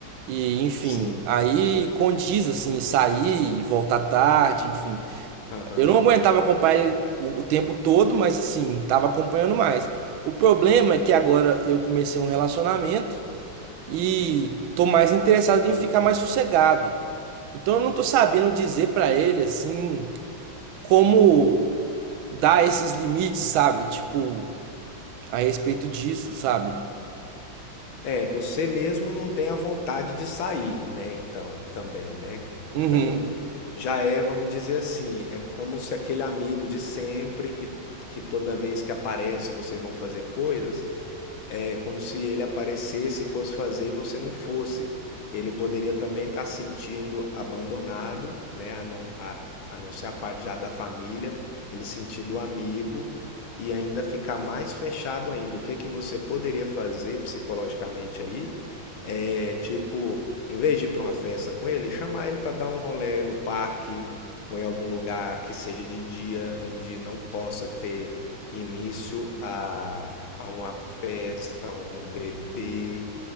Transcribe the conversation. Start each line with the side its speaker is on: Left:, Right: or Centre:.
Right: e enfim,
Left: sim,
Right: aí condiz assim, sair e voltar tarde, enfim.
Left: aham,
Right: Eu não aguentava acompanhar ele o, o tempo todo, mas assim, tava acompanhando mais. O problema é que agora eu comecei um relacionamento e tô mais interessado em
Left: aham.
Right: ficar mais sossegado. Então eu não tô sabendo dizer pra ele assim como dar esses limites, sabe? Tipo, a respeito disso, sabe?
Left: É, você mesmo não tem a vontade de sair, né? Então, também, né? Então,
Right: Uhum.
Left: já é, vamos dizer assim, é como se aquele amigo de sempre que, que toda vez que aparece vocês vão fazer coisas, É como se ele aparecesse e fosse fazer e você não fosse. Ele poderia também estar se sentindo abandonado, né? A não, a, a não ser a parte já da família, ele sentido amigo e ainda ficar mais fechado ainda. O que que você poderia fazer psicologicamente aí? É tipo, em vez de ir para uma festa com ele, chamar ele para dar um rolê no parque ou em algum lugar que seja de dia, onde não possa ter início a a uma festa, a um bebê,